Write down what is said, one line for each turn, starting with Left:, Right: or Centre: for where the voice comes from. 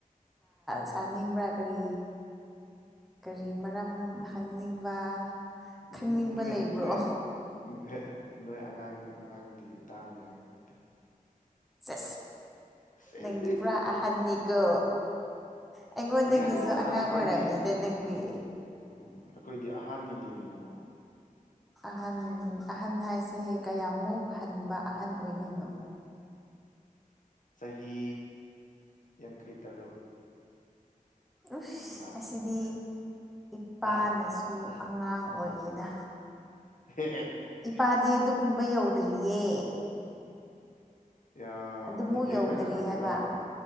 Centre: ꯁꯥꯅꯤꯡꯕ꯭ꯔꯥ ꯀꯔꯤ ꯀꯔꯤ
Left: ꯎꯝ
Centre: ꯃꯔꯝ ꯍꯪꯅꯤꯡꯕ
Left: ꯎꯝ
Centre: ꯈꯪꯅꯤꯡꯕ
Left: ꯅꯣꯏ
Centre: ꯂꯩꯕ꯭ꯔꯣ
Left: ꯅꯣꯏ ꯎꯝ ꯅꯣꯏ ꯑꯉꯥꯡ ꯑꯉꯥꯡꯗꯤ ꯇꯥꯕ ꯌꯥꯒꯅꯤꯗ
Centre: ꯁ
Left: ꯁꯦꯁ
Centre: ꯅꯪꯗꯤ ꯄꯨꯔꯥ ꯑꯍꯟꯅꯤꯀ ꯑꯩꯉꯣꯟꯗꯒꯤꯁꯨ
Left: ꯌꯥ
Centre: ꯑꯉꯥꯡ
Left: ꯑꯩꯈꯣꯏꯗꯤ
Centre: ꯑꯣꯏꯔꯕꯝꯅꯤꯅ ꯅꯪꯕꯤ
Left: ꯎꯝ ꯑꯩꯈꯣꯏꯗꯤ ꯑꯍꯥꯟꯕꯅꯤꯅꯦ ꯀꯩꯅꯣ
Centre: ꯑꯍꯟ ꯑꯍꯟ ꯍꯥꯏꯁꯦ ꯀꯌꯥꯃꯨꯛ ꯍꯟꯕ ꯑꯍꯟ ꯑꯣꯏꯗꯣꯏꯅꯣ
Left: ꯆꯍꯤ ꯌꯥꯡꯈꯩꯇꯔꯨꯛ
Centre: ꯎꯁ
Left: ꯆꯥꯡꯅꯤꯗ
Centre: ꯑꯁꯤꯗꯤ ꯏꯄꯥꯅꯁꯨ
Left: ꯍꯥ
Centre: ꯇ ꯑꯉꯥꯡ ꯑꯣꯏꯌꯦꯦꯗ
Left: ꯍ
Centre: ꯏꯄꯥꯗꯤ ꯑꯗꯨꯒꯨꯝꯕ ꯌꯧꯗ꯭ꯔꯤꯌꯦ
Left: ꯌꯥ
Centre: ꯑꯗꯨꯃꯨꯛ
Left: ꯑꯗꯨꯗꯤ ꯑꯩꯈꯣꯏꯅ
Centre: ꯌꯧꯗ꯭ꯔꯤ
Left: ꯍꯥꯜꯂꯦꯀꯣ
Centre: ꯍꯥꯏꯕ